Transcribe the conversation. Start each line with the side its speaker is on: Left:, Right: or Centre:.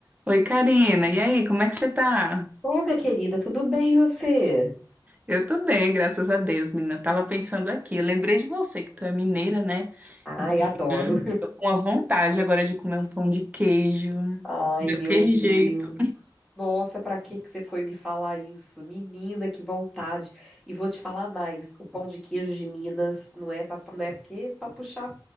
Right: Oi, Karina. E aí, como é que você tá?
Centre: Ô, minha querida, tudo bem e você?
Right: Eu tô bem, graças a Deus, menina. Eu Tava pensando aqui, eu lembrei de você que tu é mineira, né?
Centre: Ai, adoro.
Right: Uhum. Tô com a vontade agora de comer um pão de queijo,
Centre: Ai,
Right: daquele
Centre: meu Deus.
Right: jeito.
Centre: Nossa, pra que que você foi me falar isso? Menina, que vontade. E vou te falar mais, o pão de queijo de Minas não é para não é porque para puxar